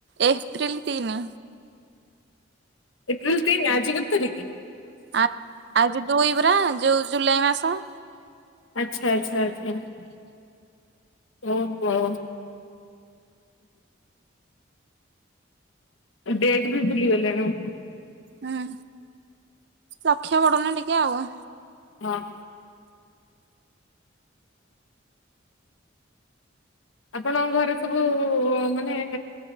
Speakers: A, on the right; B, on the left.
A: ଏପ୍ରିଲ ତିନି।
B: ଏପ୍ରିିଲ୍ ତିନି ଆଜିି କେତେ ତାରିକି
A: ଆ ଆଜି ଦୁଇ ପରା ଯୋଉ ଜୁଲାଇ ମାସ
B: ଆଚ୍ଛା ଆଚ୍ଛା ଆଛା ଆଜି କାଲି ଓହୋ ଡେଟ୍ ବି ଭୁଲି ଗଲାଣି
A: ହୁଁ ଲକ୍ଷ୍ୟ ବଡ଼ ନା ଟିକେ ଆଉ
B: ହଁ ଆପଣଙ୍କ ଘରେ ସବୁ ମାନେ